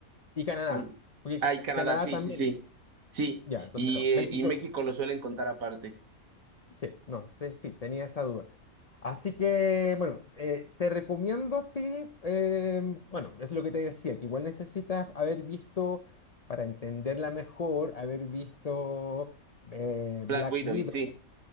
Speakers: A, on the left; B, on the right.
A: Y Canadá,
B: Ay,
A: porque
B: Ah,
A: Ca-
B: y Canadá,
A: Canadá
B: sí,
A: también.
B: sí, sí. Sí.
A: Ya, entonces
B: Y,
A: no,
B: eh,
A: México,
B: y México lo suelen contar aparte.
A: Sí, no, sí, sí, tenía esa duda. Así que, bueno, eh, te recomiendo, sí, eh, bueno, es lo que te decía, que igual necesitas haber visto, para entenderla mejor, haber visto eh,
B: Black
A: Black
B: Widow,
A: Widow,
B: y sí.